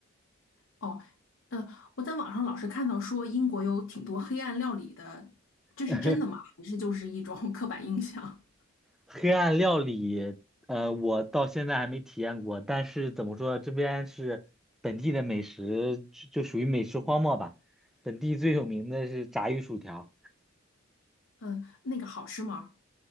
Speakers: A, on the left; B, in the centre.
A: 哦，呃，我在网上老是看到说英国有挺多黑暗料理的，这是真的吗？
B: <laughs>
A: 还是就是一种 <laughs> 刻板印象？
B: 黑暗料理，呃，我到现在还没体验过，但是怎么说，这边是本地的美食，就就属于美食荒漠吧。本地最有名的是炸鱼薯条，
A: 嗯，那个好吃吗？